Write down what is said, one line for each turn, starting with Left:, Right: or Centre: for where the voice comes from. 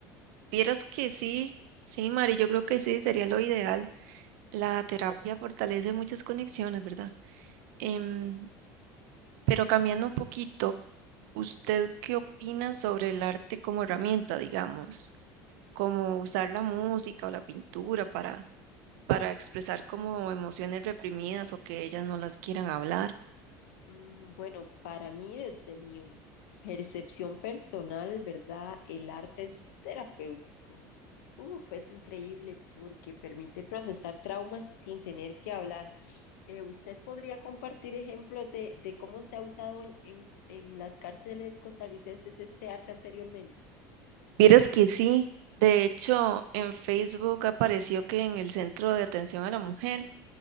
Right: Vieras que sí, sí, Mari, yo creo que sí, sería lo ideal. La terapia fortalece muchas conexiones, ¿verdad? Em, pero cambiando un poquito, ¿usted qué opina sobre el arte como herramienta, digamos? Como usar la música o la pintura para, para expresar como emociones reprimidas o que ellas no las quieran hablar.
Left: Mm, Bueno, para mí, desde mi percepción personal, ¿verdad? El arte es terapéutico. Uf, es increíble porque permite procesar traumas sin tener que hablar. Eh, ¿usted podría compartir ejemplos de, de cómo se ha usado en, en- en las cárceles costarricenses este arte anteriormente?
Right: Vieras que sí, de hecho en Facebook apareció que en el Centro de Atención a la Mujer